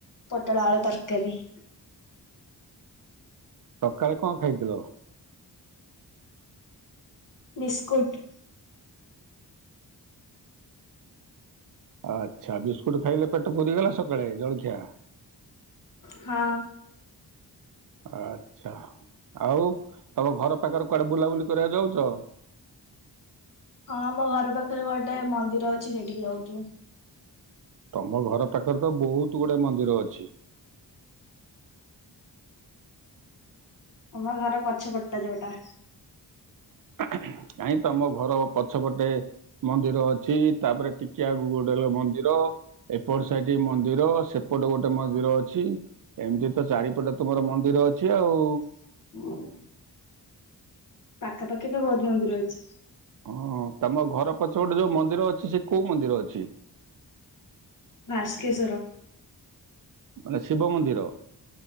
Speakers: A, on the left; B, on the right.
A: ପୋଟଳ ଆଳୁ ତରକାରୀ।
B: ସକାଳେ କଣ ଖାଇଥିଲ?
A: ବିସ୍କୁଟ।
B: ଆଚ୍ଛା ବିସ୍କୁଟ ଖାଇଲେ ପେଟ ପୁରିଗଲା ସକାଳେ ଜଳଖିଆ
A: ହଁ
B: ଆଚ୍ଛା ଆଉ ତମ ଘର ପାଖରେ କୁଆଡେ ବୁଲାବୁଲି କରିବାକୁ ଯାଉଚ।
A: ହଁ ଆମ ଘର ପାଖରେ ଗୋଟେ ମନ୍ଦିର ଅଛି ସେଇଟି କି ଯାଉଚୁ।
B: ତମ ଘର ପାଖରେ ତ ବହୁତ ଗୁଡାଏ ମନ୍ଦିର ଅଛି।
A: ତମର ଘର ପଛପଟ୍ ଟା ଯୋଉଟା
B: କାହିଁ ତମ ଘର ପଛପଟେ ମନ୍ଦିର ଅଛି ତାପରେ ଟିକିଆଗକୁ ଗୋଟେ ମନ୍ଦିର ଏପଟ ସାଇଟ୍ ମନ୍ଦିର ସେପଟେ ଗୋଟେ ମନ୍ଦିର ଅଛି ଏମିତି ତ ଚାରିପଟେ ତମର ମନ୍ଦିର ଅଛି ଆଉ।
A: <inaudible> ପାଖାପାଖି ତ ବହୁତ ମନ୍ଦିର ଅଛି।
B: ଅଂ ତମ ଘରପଛ ପଟେ ଯୋଉ ମନ୍ଦିର ଅଛି ସେ କୋଉ ମନ୍ଦିର ଅଛି।
A: ଭାସ୍କେଶ୍ୱର
B: ମାନେ ଶିବ ମନ୍ଦିର।